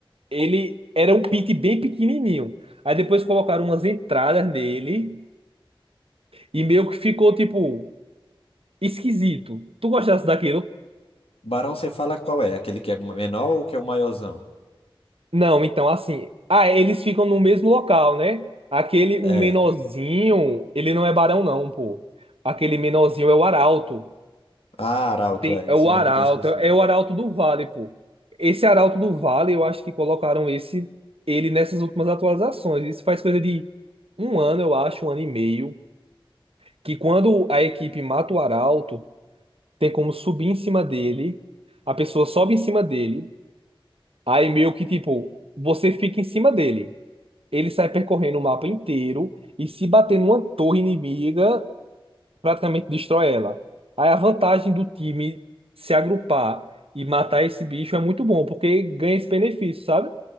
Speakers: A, on the right; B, on the left.
A: ele era um pit bem pequenininho. Aí depois colocaram umas entradas nele e meio que ficou, tipo, esquisito. Tu gostasse daquilo?
B: barão, você fala qual é? Aquele que é menor ou que é o maiorzão?
A: Não, então assim. Ah, é, eles ficam no mesmo local, né? Aquele, o
B: É.
A: menorzinho, ele não é barão, não, pô. Aquele menorzinho é o arauto.
B: Ah, arauto,
A: Tem-
B: é.
A: é
B: Esse
A: o
B: é o
A: arauto,
B: nome que eu tenho esquecido.
A: é é o arauto do vale, pô. Esse arauto do vale, eu acho que colocaram esse, ele nessas últimas atualizações. Isso faz coisa de um ano, eu acho, um ano e meio. Que quando a equipe mata o arauto, tem como subir em cima dele. A pessoa sobe em cima dele. Aí meio que, tipo, você fica em cima dele. ele sai percorrendo o mapa inteiro e se bater numa torre inimiga, praticamente destrói ela. Aí a vantagem do time se agrupar e matar esse bicho é muito bom, porque ganha esse benefício, sabe?